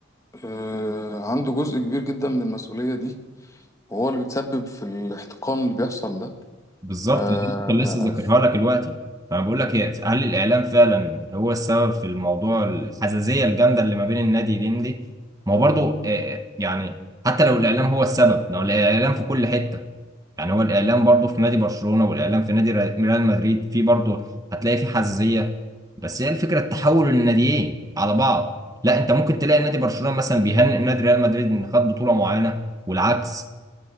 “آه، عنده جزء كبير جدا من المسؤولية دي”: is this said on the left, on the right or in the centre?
Left